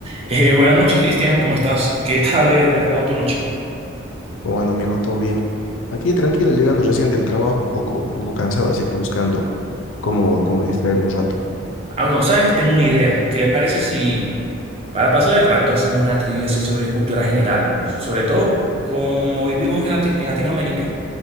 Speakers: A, on the right; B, on the left.
A: Eh, buenas noches, Cristian, ¿cómo estás? ¿Qué tal eh, ha estado tu noche?
B: Como anda, amigo? ¿Todo bien? Aquí tranquilo, llegando recién del trabajo, un poco, un poco cansado, así que buscando cómo, cómo distraerme un rato.
A: Ah, no, ¿sabes? Tengo una idea. ¿Qué le parece si para pasar el rato hacemos una trivia así sobre cultura general? Sobre todo como vivimos en, Lati- en Latinoamérica,